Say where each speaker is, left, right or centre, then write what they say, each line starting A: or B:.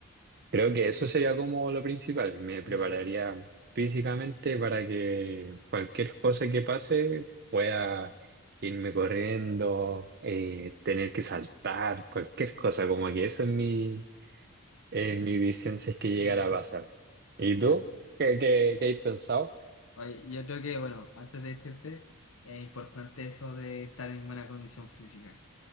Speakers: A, on the right; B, on the left.
A: Creo que eso sería como lo principal. Me
B: ya,
A: prepararía físicamente para que cualquier cosa que pase pueda irme corriendo, eh, tener que saltar, cualquier cosa, como que eso es mi, eh, mi visión si es que llegara
B: ya,
A: a pasar. ¿Y
B: ya.
A: tú? ¿Qué, qué, qué has pensado?
B: Oye, yo creo que, bueno, antes de decirte, es importante eso de estar en buena condición física.